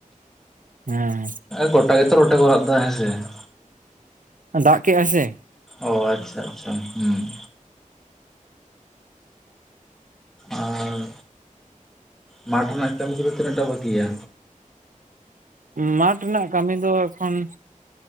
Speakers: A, on the right; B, in the centre.
A: ᱦᱮᱸ
B: ᱜᱚᱴᱟ ᱜᱮᱛᱚ ᱨᱚᱴᱮ ᱠᱚ ᱨᱟᱜ ᱫᱟ ᱦᱮᱸ ᱥᱮ ᱾
A: ᱫᱟᱜ ᱠᱮᱜ ᱟᱭ ᱥᱮ
B: ᱚ ᱟᱪᱪᱷᱟ ᱟᱪᱪᱷᱟ ᱦᱩ ᱾ ᱟᱨ ᱢᱟᱴᱷ ᱨᱮᱱᱟᱜ ᱠᱟᱹᱢᱤ ᱠᱚᱫᱚ ᱛᱤᱱᱟᱹᱜ ᱴᱟ ᱵᱟᱠᱤᱭᱟ?
A: ᱢᱟᱴᱷ ᱨᱮᱱᱟᱜ ᱠᱟᱹᱢᱤ ᱫᱚ ᱮᱠᱷᱚᱱ,